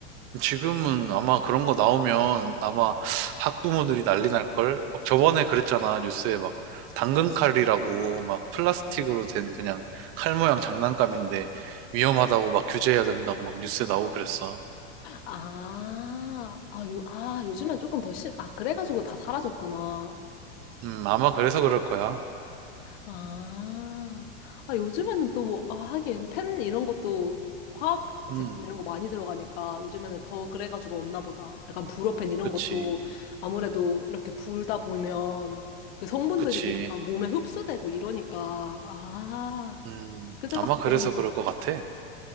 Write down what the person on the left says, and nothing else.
아, 아, 요, 아, 요즘엔 조금 더 심, 아, 그래가지고 다 사라졌구나.
아, 아, 요즘에는 또 뭐, 아, 하긴, 펜 이런 것도 화학
제품 이런 거 많이 들어가니까 요즘에는 더 그래가지고 없나 보다. 약간 불어펜 이런
것도 아무래도 이렇게 불다 보면 그 성분들이
약간 몸에 흡수되고 이러니까, 아,
그때
딱 좋았네.